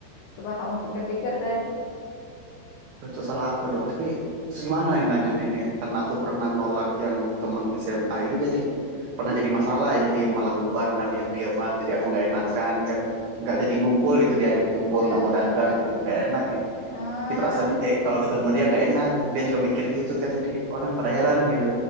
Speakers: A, on the left; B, on the right.
A: Coba kamu pikir-pikir deh.
B: itu salah aku dong tapi terus gimana yang lanjut ini karena aku pernah nolak yang temen di SMA ini jadi pernah jadi masalah jadi malah bubar malah diam-diaman jadi aku nggak enakan kan nggak jadi ngumpul gitu diajak ngumpul
A: Iya,
B: nggak mau
A: iya,
B: datang
A: iya.
B: gitu nggak enak ya
A: Ah,
B: si perasaannya eh kalau ketemu dia nggak enak dia juga mikir gitu kan jadi orang pada heran gitu